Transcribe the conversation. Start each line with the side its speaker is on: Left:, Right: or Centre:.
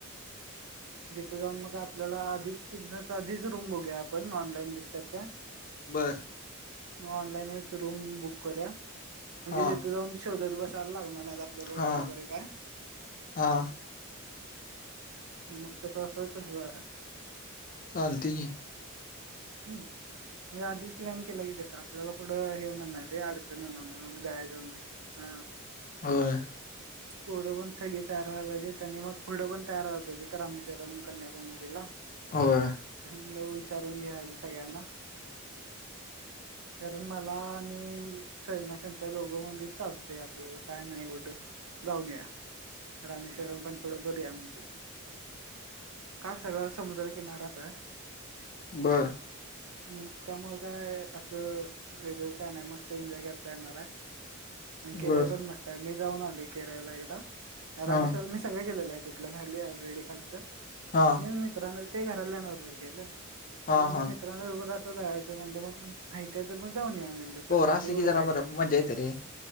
Right: तिथ जाऊन मग आपल्याला <inaudible> आधीच रूम बघूया आपण ऑनलाईन दिसतात काय
Left: बर
Right: म ऑलाईनच रुम बुक करुया म्हणजे
Left: हा
Right: तिथे जाऊन शोधन बसायला लाग
Left: हा
Right: रूम वरे काय
Left: हा
Right: मग तसं वात तस जा
Left: चालती ह
Right: हम्म म्हणजे आधीच प्लॅन केला कस आपल्याला कुढं हे होणार नाही अडचण होणार नाही मग जाय जाऊन ह
Left: होय
Right: पोरं पण सगळी तयार व्हाला पाहिजेत आणि मग पुढं पण तयार व्हाला पाहिजे तर रामेश्वरम कन्याकुमारीला
Left: होय
Right: हला विचारून घ्याली सगळ्यांना कारण मला मी सैमांत दोघं मगी चालतोय आपल्याला काय नाहीवढं जाऊन रामेश्वरम पण पुढं करूया म्हणतात का सग समुद्रकिनाराचा
Left: बर
Right: मम् त्यामुळे काय असं वेगळं का नाही मस् एन्जॉय करता येणारा अंकिराय
Left: बर
Right: पण मस्त आहे मी जाऊन आले करायला एकदा रामेश्वर
Left: हा
Right: मी सगळे केले आहे ेतलं खाली रेडी खालच
Left: हा
Right: म मितित तेगारल्याे नोगरत केेल
Left: हा
Right: मितां
Left: हा
Right: चं म्हण मग माहिती आहे तर मण जाऊन या म्हणलं परत
Left: बोर असली
Right: एवढं
Left: की जरा
Right: काय
Left: बरं
Right: त्यात.
Left: मजा येत रे